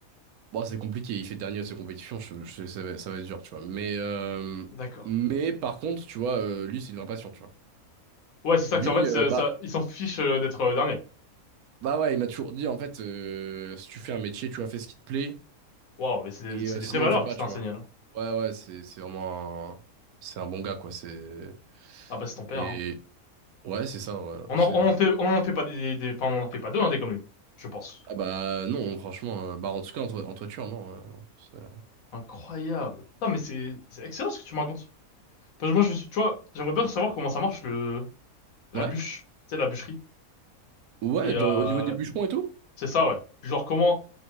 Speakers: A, on the right; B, on the left.
A: bon, c'est compliqué. Il fait dernier à ses compétitions. je- je- ça va, ça va être dur, tu vois. Mais, euh,
B: D'accord.
A: mais par contre, tu vois, euh, lui, c'est une vraie passion, tu vois.
B: Ouais, c'est ça,
A: Lui,
B: que c'est en fait, ça,
A: euh, bah,
B: ça- ils s'en fichent euh, d'être euh, dernier.
A: bah ouais, il m'a toujours dit, en fait, euh, si tu fais un métier, tu vois, fais ce qui te plaît.
B: Waouh, mais c'est des,
A: Et
B: c'est
A: euh,
B: des
A: sinon,
B: vraies valeurs
A: le fais pas,
B: qui
A: tu
B: t'ont enseigné,
A: vois.
B: là.
A: Ouais, ouais, c'est c'est vraiment un... C'est un bon gars, quoi. C'est...
B: Ah, bah, c'est ton père,
A: Et
B: hein.
A: ouais, c'est ça, ouais.
B: On
A: C'est...
B: en, on en fait, on en fait pas des, des- enfin, on en fait pas deux, hein, des comme lui. Je pense.
A: Ah bah non, franchement, euh, bah en tout cas, en, toi- en toiture, non. euh, c'est-
B: Incroyable. Putain, mais c'est, c'est excellent ce que tu me racontes. Parce que moi, je suis, tu vois, j'aimerais bien savoir comment ça marche le, la
A: ouais?
B: bûche, tu sais, la bûcherie.
A: Ouais,
B: Et euh,
A: de- au niveau des bûcherons et tout?
B: c'est ça, ouais. Genre, comment,